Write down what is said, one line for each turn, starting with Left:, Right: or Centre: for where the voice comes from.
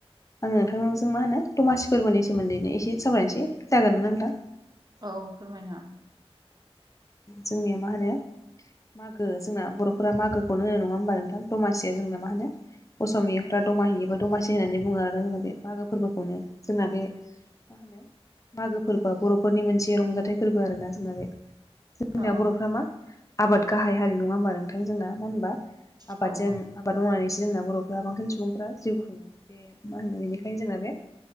Left: आं नोंथांजों मा होनो दमासि फोरबोनि सोमोन्दैनो एसे सावरायनोसै जागोनना नोंथां
Right: औ फोरमायना
Left: जोंनिया मा होनो मागो जोंना बर'फोरा मागोखौनो होनो नङा होमबा नोंथां दमासिया जोंना मा होनो असमियाफ्रा दमाहिबो दमासि होननानै बुङो आरो जोंना बे मागो फोरबोखौनो जोंना बे मा होनो मागो फोरबोआ बर'फोरनि मोनसे रंजाथाइ फोरबो आरोना जोंना बे जोंनिया
Right: हागोन।
Left: बर'फोरा मा आबाद गाहाय हारि नङा होमबा नोंथां जोंना मा होनबा आबादजों
Right: औ औ
Left: आबाद मावनानैसो जोंना बर'फ्रा बांसिन सुबुंफ्रा जिउ खुङो बे मा होनो बेनिखायनो जोंना बे